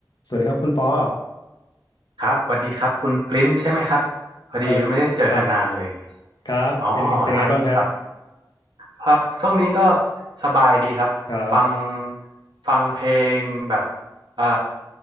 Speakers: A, on the left; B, on the right.
A: สวัสดีครับคุณปอ
B: ครับสวัสดีครับคุณปริ้นใช่ไหมครับพอดีไม่ได้เจอกันนานเลย
A: เออครับครับเป็นไงเป็นไงบ้างฮะ
B: อ๋อครับครับครับช่วงนี้ก็สบายดีครับฟัง
A: ครับ
B: ฟังเพลงแบบเอ่อ